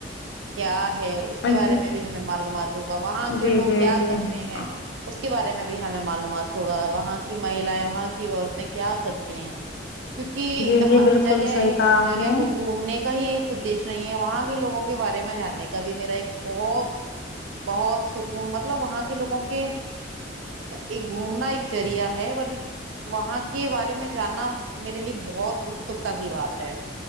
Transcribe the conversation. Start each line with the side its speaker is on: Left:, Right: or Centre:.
Right: کیا ہے اس کے بارے
Left: جی
Right: میں بھی ہمیں معلومات ہوگا وہاں
Left: جی
Right: کے لوگ
Left: جی
Right: کیا
Left: جی
Right: کرتے ہیں اس کے بارے میں بھی ہمیں معلومات ہوگا وہاں کی مہییں وہاں کی عورتیں کیا کرتے ہیں کیونکہ
Left: جی جی
Right: ہاں
Left: بالکل
Right: جگہ
Left: صحیح کہا آپ
Right: جگہ
Left: نے
Right: کو گھومنے کا ہی ایک ادایش نہیں ہے وہاں کے لوگوں کے بارے میں جاننے کا بھی میرا ایک بہت بہت سکون مطلب وہاں کے لوگوں کے ایک گھومنا ایک ذریعہ ہے وہاں کے بارے میں جاننا میرے لیے بہت اتسکتا کی بات ہے